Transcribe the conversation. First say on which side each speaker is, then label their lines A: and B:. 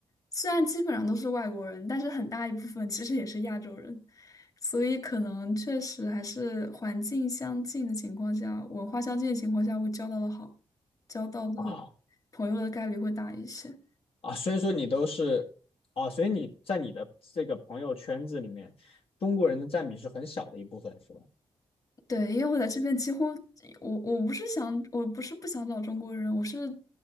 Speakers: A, on the left; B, on the left.
A: 虽然基本上都是外国人，但是很大一部分其实也是亚洲人，所以可能确实还是环境相近的情况下，文化相近的情况下，会交到的好，交到的
B: 啊
A: 朋友的概率会大一些。
B: 啊，所以说你都是啊，所以你在你的这个朋友圈子里面，中国人的占比是很小的一部分，是吧？
A: 对，因为我在这边几乎，我我不是想，我不是不想找中国人，我是